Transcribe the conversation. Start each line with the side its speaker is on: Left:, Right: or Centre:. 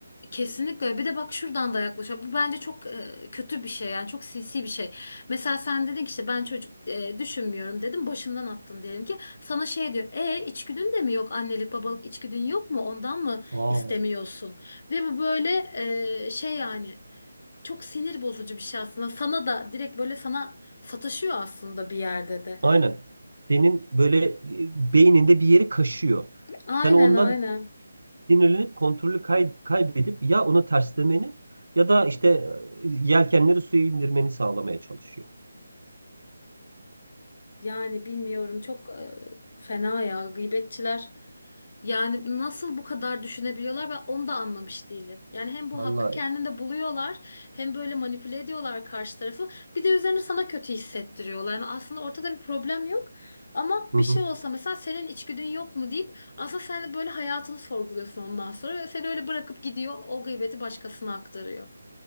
Left: Kesinlikle. Bir de bak şuradan da yaklaşıyor. Bu bence çok e, kötü bir şey yani çok sinsi bir şey. Mesela sen dedin ki işte ben çocuk e, düşünmüyorum dedim. Başından attın diyelim ki. Sana şey diyor. E içgüdün de mi yok? Annelik babalık içgüdün yok mu? Ondan mı
Right: Aa
Left: istemiyorsun? Ve bu böyle e, şey yani çok sinir bozucu bir şey aslında. Sana da direkt böyle sana sataşıyor aslında bir yerde de.
Right: Aynen. Senin böyle e, beyninde bir yeri kaşıyor.
Left: Aynen
Right: Sen ondan
Left: aynen.
Right: sinirlenip kontrolü kay- kaybedip ya onu terslemeni ya da işte e, yelkenleri suya indirmeni sağlamaya çalışıyor.
Left: Yani bilmiyorum çok e, fena ya gıybetçiler. Yani nasıl bu kadar düşünebiliyorlar ben onu da anlamış değilim. Yani hem bu
Right: Vallahi.
Left: hakkı kendinde buluyorlar hem böyle manipüle ediyorlar karşı tarafı bir de üzerine sana kötü hissettiriyorlar. Yani aslında ortada bir problem yok ama
Right: Hı
Left: bir
Right: hı.
Left: şey olsa mesela senin içgüdün yok mu deyip aslında sen de böyle hayatını sorguluyorsun ondan sonra ve seni öyle bırakıp gidiyor o gıybeti başkasına aktarıyor.